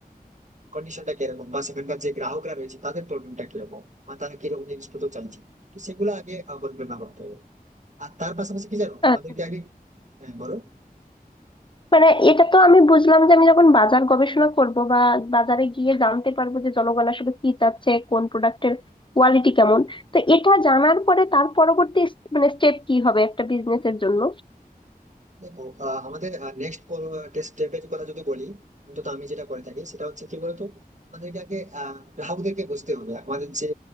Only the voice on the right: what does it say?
কন্ডিশনটা কিরকম বা সেখানকার যে গ্রাহকরা রয়েছে তাদের প্রবলেমটা কিরকম আর তারা কিরকম জিনিসপত্র চাইছে তো সেগুলো আগে আহ, পরিকল্পনা করতে হবে আর তার পাশাপাশি কি জানো আমাদেরকে
আগে হ্যাঁ বলো
দেখো আহ, আমাদের নেক্সট স্টেপের কথা যদি বলি অন্তত আমি যেটা করে থাকি সেটা হচ্ছে কি বলতো আমাদেরকে আগে আহ, গ্রাহকদেরকে বুঝতে হবে আমাদের যে